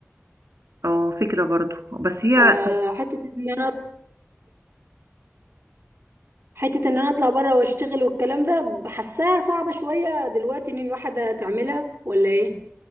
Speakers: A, on the right (about 75°); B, on the right (about 45°).
A: اه فكره برضو بس هي
B: فحته ان انا حته ان انا اطلع بره واشتغل والكلام ده حاساها صعبه شويه دلوقتي ان الواحده تعملها ولا ايه